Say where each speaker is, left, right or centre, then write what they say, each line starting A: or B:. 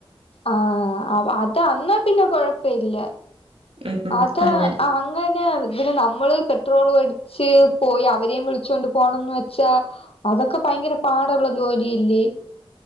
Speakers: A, on the left; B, on the right.
A: ആഹ് അത അന്ന പിന്നെ കൊഴപ്പല്ല
B: ഉം ഉം
A: അതാ
B: അങ്ങനെ
A: ആ അങ്ങനെ പിന്നെ നമ്മള് പെട്രോള് അടിച്ച് പോയി അവരെയും വിളിച്ചൊണ്ട് പോണംന്ന് വെച്ചാ അതൊക്കെ ഭയങ്കര പാടുള്ള ജോലിയല്ലേ